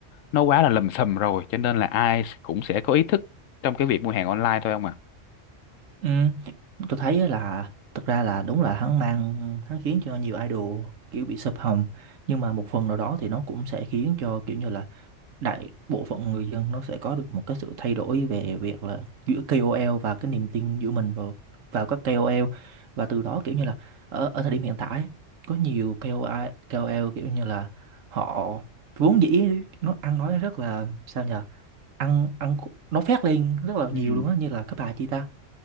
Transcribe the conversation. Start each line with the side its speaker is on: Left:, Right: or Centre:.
Left: nó quá là lầm sầm rồi cho nên là ai cũng sẽ có ý thức trong cái việc mua hàng online thôi không à
Right: ừ, tôi thấy á là thực ra là đúng là hắn mang hắn khiến cho nhiều idol kiểu bị sụp hầm nhưng mà một
Left: Ừ.
Right: phần nào đó thì nó cũng sẽ khiến cho kiểu như là đại bộ phận người dân nó sẽ có được một cái sự thay đổi về việc là giữa KOL và cái niềm tin giữa mình vào vào các KOL và từ đó kiểu như là ở, ở thời điểm hiện tại ấy, có nhiều KOL, KOL kiểu như là họ vốn dĩ nó ăn nói rất là sao nhờ ăn ăn nó phét lên rất là nhiều
Left: Ừ.
Right: luôn á như là cái bà chị ta